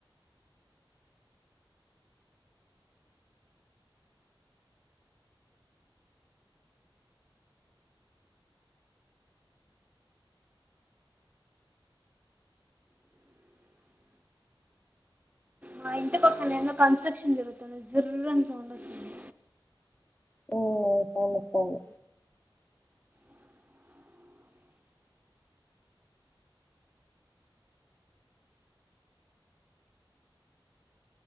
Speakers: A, on the right (about 15°); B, on the left (about 15°).
A: మా ఇంటి పక్కన ఎందో కన్స్ట్రక్షన్ జరుగుతుంది. జుర్రు అని సౌండ్ వస్తుంది.
B: ఓ పోని పోన్నే